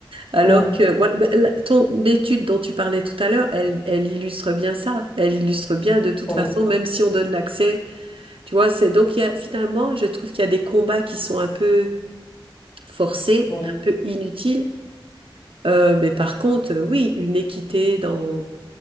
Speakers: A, on the right; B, on the left.
A: Alors
B: Mmh.
A: que voilà, bah, la- ton étude dont tu parlais tout à l'heure, elle, elle illustre bien ça. Elle illustre bien de toute
B: Oui,
A: façon, même si on donne l'accès, tu vois, c'est donc il y a, finalement, je trouve qu'il y a des combats qui sont un peu forcés,
B: oui,
A: un peu inutiles. Euh, mais par contre, euh, oui, une équité dans